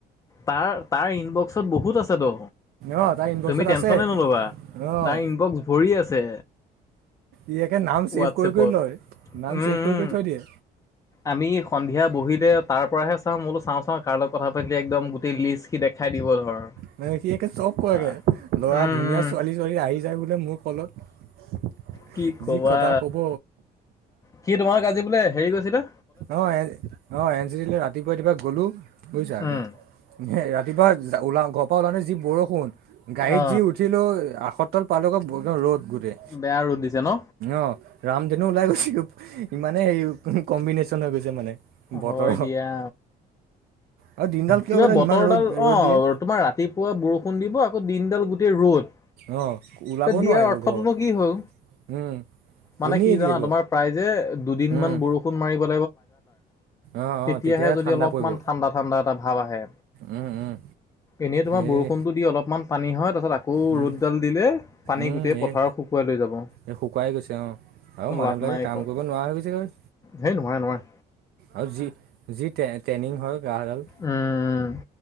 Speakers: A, on the left; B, on the right.
A: তাৰ, তাৰ ইনবক্সত বহুত আছেত
B: অঁ তাৰ ইনবক্সত
A: তুমি টেনশচনে
B: আছে
A: নল'বা,
B: অঁ
A: তাৰ ইনবক্স ভৰি আছে।
B: ই একে নাম চছেভ
A: হোৱাটছএপত
B: কৰি, কৰি লয়, নাম
A: উম
B: চছেভ কৰি,
A: উম
B: কৰি থৈ দিয়ে।
A: আমি সন্ধিয়া বহিতে তাৰ পৰাহে চাওঁ মইয়ো চাওঁ, চাওঁ কাৰ লগত কথা পা একদম গোটেই লিষ্ট দেখাই দিব ধৰ
B: মান সি চব কগে
A: আহ
B: ল'ৰা
A: উম
B: ধুনীয়া
A: উম
B: ছোৱালী, ছোৱালী আহি যায় বোলে মোৰ কলত
A: কি কবা
B: যি কথা ক'ব
A: কি তোমাক আজি বোলে হেৰি গৈছিল দা
B: অ', অ', এন চি চি লৈ ৰাতিপুৱা ৰাতিপা গ'লো বুজিছা।
A: উম
B: হ, ৰাতিপুৱা ওলা ঘৰ পৰা ওলা নে যি বৰষুণ গাড়ীত
A: অ
B: যি উঠিলো কটল পালক ৰ'দ গোটেই
A: বেয়া ৰ'দ দিছে ন
B: অ, ৰামদনু ওলাই গৈছে। ইমানে হে কম্বিনেচন হৈ গৈছে মানে। বতৰৰ
A: হয়, দিয়া।
B: আৰু দিনডাল কিয়
A: কিবা
B: কৰে
A: বতৰডাল
B: ইমান ৰ'দ ৰ'দ
A: অ,
B: দিয়ে
A: তোমাৰ ৰাতিপুৱা বৰষুণ দিব আকৌ দিনডাল গোটেই ৰ'দ।
B: আহ, ওলাব
A: তে দিয়াৰ
B: নোৱি ত,
A: অৰ্থটোনো
B: ঘৰত
A: কি হ'ল?
B: উম।
A: মানে
B: এনেই
A: কি
B: দিয়ে
A: জানা
B: গ
A: তোমাৰ প্ৰায় যে দুদিন
B: উম
A: মমান বৰষুণ মাৰিব।
B: অঁ অঁ
A: তেয়াহে
B: তেতিয়াহে
A: যদি
B: ঠাণ্ডা
A: অলপমান
B: পৰিব
A: ঠাডা, ঠা এটা ভাব আহে।
B: উম, উম।
A: এনে তোমাৰ
B: এই
A: বৰষুণতটো দি অলপমান পানী হয়। তাৰ পিছত আকৌ
B: উম,
A: ৰ'দডাল দিলে পানী
B: উম,
A: গোটেই
B: এই
A: পথাৰত শুকুৱাই লৈ যাব।
B: এই শুকুৱাই গৈছে অ, আৰু মানুহবিলাকে
A: লাভ নাই
B: কাম
A: একো।
B: কৰিব নোৱাৰা হৈ গৈছেগৈ।
A: হেই নোৱাৰে নোৱাৰে।
B: আৰু যি, যি ট্ৰেইনিং হয় গডল
A: উম।